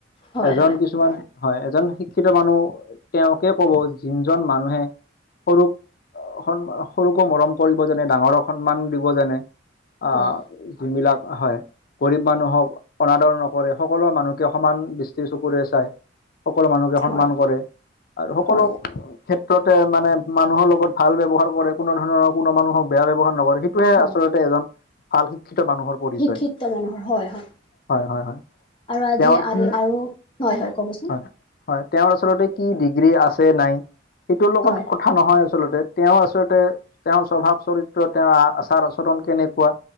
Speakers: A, on the left; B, on the left.
A: হয়
B: এজন
A: হয়
B: কিছুমান হয় এজন শিক্ষিত মানুহ তেওঁকে কব যোনজন মানুহে সৰু সন সৰুকো মৰম কৰিব জানে, ডাঙৰক সন্মান দিব জানে আহ
A: হয়
B: যোনবিলাক হয়, গৰীব মানুহক অনাদৰ নকৰে, সকলো মানুহকে সমান দৃষ্টি চকুৰে চাই, সকলো মানুহকে সন্মান
A: হয়
B: কৰে আৰু সকলো
A: হয়
B: ক্ষেত ত্ৰতে মানে মানুহৰ লগত ভাল ব্যৱহাৰ কৰে, কোনো ধৰণৰ কোনো মানুহক বেয়া ব্যৱহাৰ নকৰে, সে টোহে
A: হয়
B: আচলতে এজন ভাল শিক্ষিত মানুহৰ পৰিচয়
A: শিক্ষিত মানুহৰ, হয় হয়।
B: হয় হয় হয়।
A: আৰু আজি
B: তেওঁৰ
A: আৰু
B: কি
A: আৰু হয় হয় কবচোন?
B: হয়, তেওঁৰ আচলতে কি ডিগ্ৰী আছে নাই সেইটোৰ লগত
A: হয়
B: ক থা নহয় আচলতে তেওঁ আচলতে তেওঁৰ স্বভাৱ চৰিত্ৰ তেওঁৰ আচাৰ - আচৰণ কেনেকুৱা